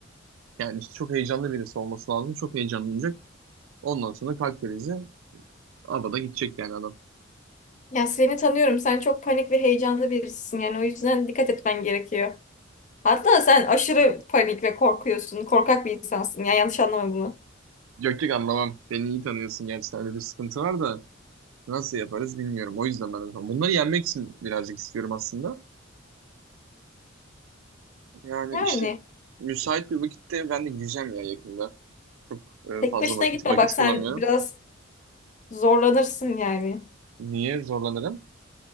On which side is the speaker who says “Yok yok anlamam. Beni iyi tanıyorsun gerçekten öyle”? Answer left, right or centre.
Right